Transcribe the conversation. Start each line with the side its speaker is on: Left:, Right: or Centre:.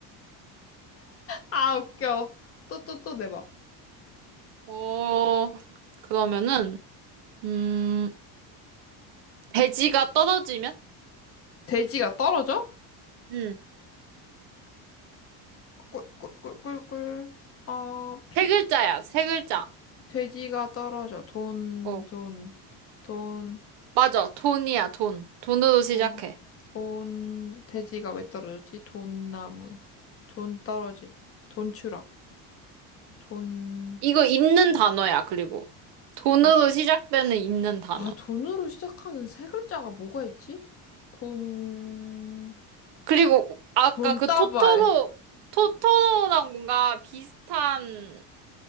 Left: 아, 웃겨. 또, 또, 또 내봐.
Right: 오, 그러면은, 음, 돼지가 떨어지면?
Left: 돼지가 떨어져?
Right: 응.
Left: 꿀꿀꿀꿀꿀. 어, 피.
Right: 세 글자야, 세 글자.
Left: 돼지가 떨어져. 돈,
Right: 어.
Left: 돈, 돈,
Right: 맞아, 돈이야, 돈. 돈으로 시작해.
Left: 돈, 돈. 돼지가 왜 떨어졌지? 돈나무. 돈 떨어짐. 돈 추락. 돈,
Right: 이거 있는 단어야, 그리고. 돈으로
Left: 돈.
Right: 시작되는 있는 단어.
Left: 와, 돈으로 시작하는 세 글자가 뭐가 있지? 돈,
Right: 그리고 아까
Left: 돈다발.
Right: 그 토토로, 토토로랑 뭔가 비슷한